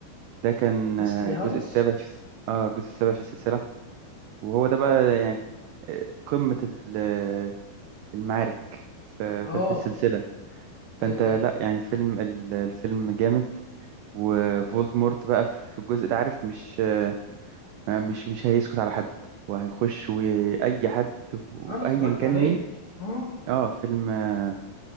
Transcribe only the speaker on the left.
ليسلي
هالس
اه
ايوه
ايوه
انا اتفرجت
عليه
اه